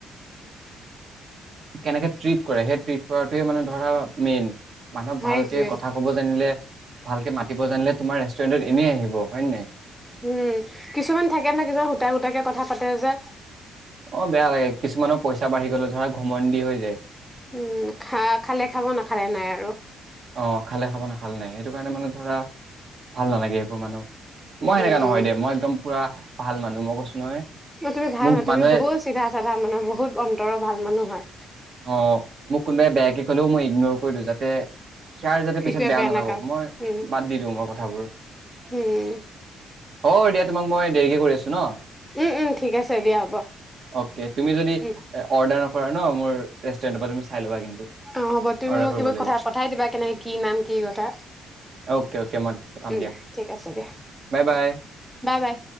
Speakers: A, on the right (about 55°); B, in the centre.
A: কেনেকে ট্ৰিট কৰে সেই ট্ৰিট কৰাটোৱে মানে ধৰা মেইন। মানুহক
B: সেইটোৱে
A: ভালকে কথা কব জানিলে, ভালকে মাতিব জানিলে, তোমাৰ ৰেষ্টুৰেন্টত এনেই আহিব হয় নে নাই?
B: উম, কিছুমান থাকে না কিছুমান সূতা-সুতাকে কথা পাতে যে
A: অহ, বেয়া লাগে কিছুমানৰ পইচা বাঢ়ি গলে ধৰা ঘমন্দি হৈ যায়।
B: উম, খা -খালে খাব নাখালে নাই আৰু।
A: অহ, খালে খাব নেখাল নাই সেইটো কাৰণে মানে ধৰা ভাল নালাগে। এইবোৰ মানুহ মই সেনেকা
B: উম।
A: নহয় দে মই একদম পুৰা ভাল মানুহ মই কৈছোঁ নহয়
B: অ' তুমি ভাল
A: মোক
B: হয়
A: মানুহে
B: তুমি বহুত চিধা-চাধা মানুহ বহুত অন্তৰৰ ভাল মানুহ হয়।
A: অ মোক কোনোবাই বেয়াকে ক'লেও মই ইগনৰ কৰি দিওঁ যাতে সিয়াৰ যাতে পিছত
B: ইটোৱে
A: বেয়া নালাগক
B: নাকাও
A: মই
B: উম
A: বাদ দি দিওঁ মই কথাবোৰ
B: উম
A: অহ, এতিয়া তোমাক মই দেৰিকে কৰি আছোঁ ন'? <unintelligible>
B: উম উম ঠিক আছে দিয়া হ'ব
A: অকে তুমি যদি
B: উম
A: অৰ্ডাৰ পৰা ন' মোৰ ৰেষ্টুৰেণ্টৰ পৰা তুমি চাই লবা কিন্তু।
B: অ 'হ'ব তুমি
A: অৰ্ডাৰ
B: মোক
A: কৰিব
B: কিবা
A: লাগিব
B: কথা পঠাই দিবা কেনেকে কি নাম কি কথা,
A: অ'কে অ'কে মই পঠাম
B: উম
A: দিয়া
B: ঠিক আছে দিয়া
A: বাই বাই
B: বাই -বাই।